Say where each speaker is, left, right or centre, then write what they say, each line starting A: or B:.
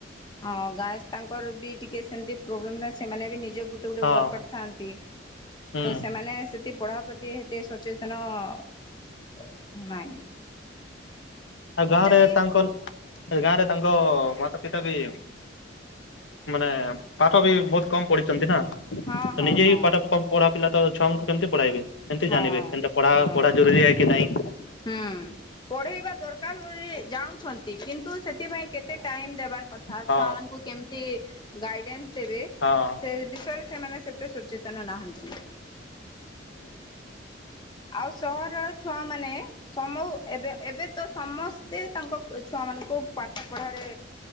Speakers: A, on the left; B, on the left.
A: ହଁ ଗାଁରେ ତାଙ୍କର ବି ଟିକେ ସେମତି ପ୍ରୋବ୍ଲେମ ନା ସେମାନେ ବି ନିଜ ଗୋଟେ ଗୋଟେ
B: ହଁ
A: ୱାର୍କର ଥାନ୍ତି
B: ହୁଁ
A: ତ ସେମାନେ ସେଠି ପଢ଼ା ପ୍ରତି ଏତେ ସଚେତନ ନାଇଁ ନାଇଁ
B: ଆଉ ଗାଁରେ
A: ବି
B: ତାଙ୍କ ଗାଁ ରେ ତାଙ୍କ ମାତା ପିତା ବି <inaudible> ମାନେ ପାଠ ବି ବହୁତ କମ ପଢ଼ିଛନ୍ତି ନା। ତ
A: ହଁ ହଁ
B: ନିଜେ
A: ହଁ
B: ହି ପାଠ କମ୍ ପଢ଼ା ପିଲା ତ ଛୁଆ କେମତି ପଢ଼ାଇବେ କେମତି
A: ହଁ
B: ଜାଣିବେ କେମତି ପଢ଼ା
A: ହଁ।
B: ପଢ଼ା ଜରୁରୀ କି ନାଇଁ। <inaudible>
A: ହୁଁ। ପଢ଼େଇବା ଦରକାର ବୋଲି ଜାଣୁଛନ୍ତି କିନ୍ <unintelligible> ସେଥିପାଇଁ କେତେ ଟାଇମ ଦେବାର କଥା। ଆଉ
B: ହଁ
A: ଛୁଆ ମାନଙ୍କୁ କେମିତି ଗାଇଡ଼ାନ୍ସ ତେବେ
B: ହଁ।
A: ସେ ବିଷୟରେ ସେମାନେ ସେତେ ସଚେତନ ନାହାଁନ୍ତି। ଆଉ ସହରର ଛୁଆ ମାନେ ସମୁ ଏବେ ଏବେ ତ ସମସ୍ତେ ତାଙ୍କ ଛୁଆ ମାନଙ୍କୁ ପାଠ ପଢ଼ାରେ